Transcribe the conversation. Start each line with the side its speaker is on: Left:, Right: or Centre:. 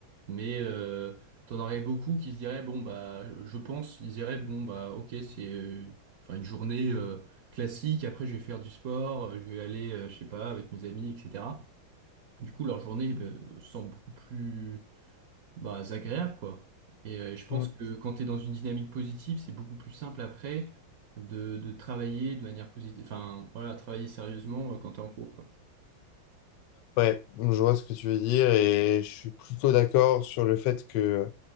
Right: Mais euh, t'en aurais beaucoup qui se diraient, bon, bah, je pense, ils diraient, bon, bah, ok, c'est euh, enfin, une journée euh, classique, après, je vais faire du sport, euh, je vais aller, euh, je sais pas, avec mes amis, etc. Du coup, leur journée euh, semble beaucoup plus bah, c'est agréable, quoi. Et, euh, et je pense
Left: mhm.
Right: que quand tu es dans une dynamique positive, c'est beaucoup plus simple après de, de travailler de manière positive. Enfin, voilà, travailler sérieusement euh, quand tu es en cours, quoi.
Left: Ouais, je vois ce que tu veux dire et je suis plutôt d'accord sur le fait que